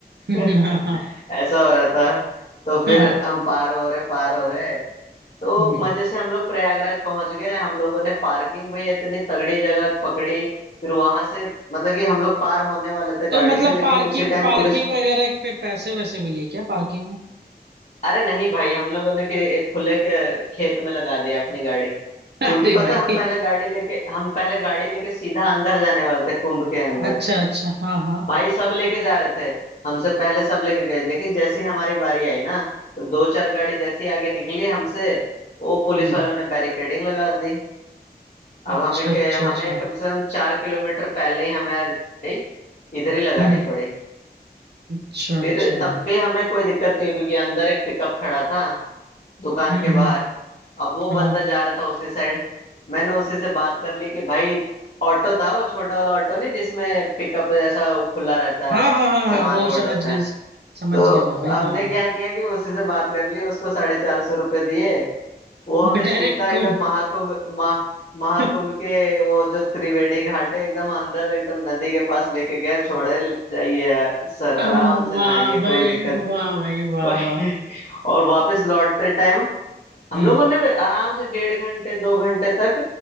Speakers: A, on the right; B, on the left.
A: हाँ
B: <laughs> ऐसा हो रहा था तो फिर
A: हाँ,
B: हम पार हो रहे पार हो रहे तो
A: हम्म।
B: मजे से हम लोग प्रयागराज पहुंच गए हम लोगों ने पार्किंग भैया इतनी तगड़ी जगह पकड़ी फिर वहां से मतलब कि हम लोग पार होने वाले थे गाड़ी
A: तो मतलब
B: से लेकिन
A: पार्किंग
B: उसी टाइम
A: पार्किंग
B: पुलिस
A: वगैरह पे पैसे वैसे भी लिए क्या पार्किंग में
B: अरे नहीं भाई हम लोगों ने कि एक खुले के खेत में लगा दिया अपनी गाड़ी क्योंकि
A: <laughs> अरे
B: पता
A: भाई
B: है हम पहले गाड़ी लेके हम पहले गाड़ी लेके सीधा अंदर जाने वाले थे कुंभ के अंदर
A: अच्छा अच्छा हाँ हाँ
B: भाई सब लेके जा रहे थे हमसे पहले सब लेके गए लेकिन जैसे ही हमारी बारी आई ना तो दो चार गाड़ी जैसी आगे निकली हमसे वो पुलिस
A: हम्म।
B: वालों ने बैरिकेडिंग लगा दी अब
A: अच्छा
B: हमें
A: अच्छा
B: के हमें
A: अच्छा
B: कम से कम चार किलोमीटर पहले ही हमें गाड़ी इधर ही लगानी
A: हम्म
B: पड़ी
A: अच्छा अच्छा
B: फिर तब भी हमें कोई दिक्कत नहीं हुई क्योंकि अंदर एक पिकअप खड़ा था दुकान
A: हम्म
B: के बाहर
A: हम्म
B: अब वो बंदा
A: हाँ
B: जा रहा था उसी साइड मैंने उसी से बात कर ली कि भाई ऑटो था वो छोटा वाला ऑटो नहीं जिसमें पिकअप जैसा वो खुला रहता
A: हाँ
B: है
A: हाँ हाँ
B: सामान
A: हाँ वो
B: लोड
A: समझ
B: होता
A: गए
B: है
A: समझ
B: तो
A: गया मैं भाई
B: हमने
A: हाँ
B: क्या किया कि उसी से बात कर ली उसको साढ़े चार सौ रुपये दिए वो हमें
A: डायरेक्ट
B: सीधा एकदम
A: कुम
B: महाकुंभ महा महाकुंभ
A: <laughs>
B: के वो जो त्रिवेणी घाट है एकदम अंदर एकदम नदी के पास लेके गया छोड़े जाइए यार, सर
A: वाह
B: आराम से नहाइए कोई
A: भाई
B: दिक्कत नहीं।
A: वाह
B: <laughs>
A: भाई वाह
B: भाई
A: वाह
B: और वापस लौटते टाइम हम
A: हम्म
B: लोगों ने भी आराम से डेढ़ घंटे दो घंटे तक